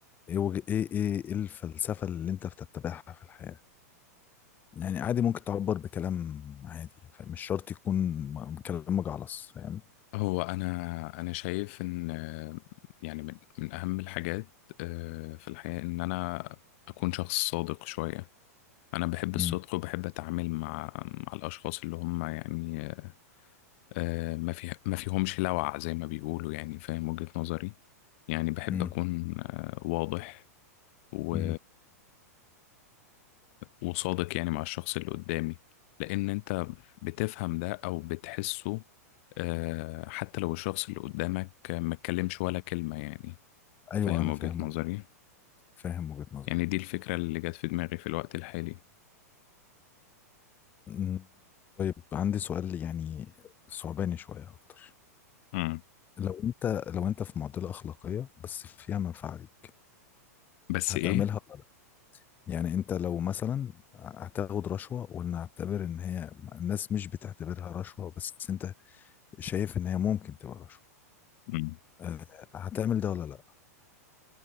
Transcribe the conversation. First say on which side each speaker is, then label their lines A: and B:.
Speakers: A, on the left; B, on the left.
A: ايه وج... ايه ايه إيه الفلسفه اللي انت بتتبعها في الحياه يعني عادي ممكن تعبر بكلام عادي فاهم؟ مش شرط يكون م- كلام مجعلص فاهم
B: هو أنا أنا شايف إن آه، يعني من من أهم الحاجات آه، في الحياة إن أنا أكون شخص صادق شوية أنا بحب الصدق
A: امم
B: وبحب أتعامل مع مع الأشخاص اللي هم يعني آه، ما في ما فيهمش لوع زي ما بيقولوا يعني فاهم وجهة نظري يعني بحب
A: امم
B: أكون آه، واضح و
A: امم
B: وصادق يعني مع الشخص اللي قدامي لأن أنت بتفهم ده أو بتحسه آه، حتى لو الشخص اللي قدامك ما اتكلمش ولا كلمة يعني
A: ايوه
B: فاهم
A: انا
B: وجهة
A: فاهم
B: نظري
A: وج- فاهم وجهه نظرك
B: يعني دي الفكرة اللي جت في دماغي في الوقت الحالي
A: أمم. طيب عندي سؤال يعني صعباني شويه اكتر
B: مم.
A: لو انت لو انت في معضله اخلاقيه بس فيها منفعه ليك
B: بس
A: هتعملها
B: إيه
A: يعني انت لو مثلا هتاخد رشوة ولنعتبر ان هي الناس مش بتعتبرها رشوة بس انت شايف ان هي ممكن تبقى رشوة
B: مم.
A: آه، هتعمل ده ولا لا